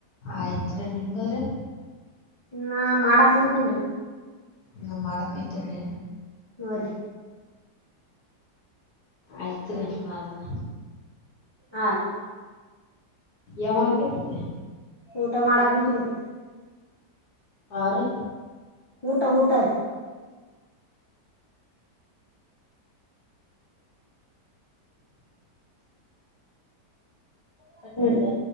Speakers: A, on the left; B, on the left.
A: ಆಯ್ತ್ರಿ ನಿಮ್ದು ರೀ.
B: ಇನ್ನ ಮಾಡಾಕ್ ಹತೇನ್ರಿ.
A: ಇನ್ನ ಮಾಡಕತ್ತೆರಿ.
B: ಹಾ ರೀ
A: ಆಯ್ತ್ರಿ ಹಂಗಾದ್ರ.
B: ಹಾ ರೀ.
A: ಏನ್ಮಾಡಕತಿದ್ರಿ.
B: ಊಟ ಮಾಡಕುಂತಿವ್ರಿ.
A: ಹಾ ರೀ.
B: ಊಟ ಊಟ ರೀ. ಕಟ್ ಮಾಡಿದ್ಯಾ.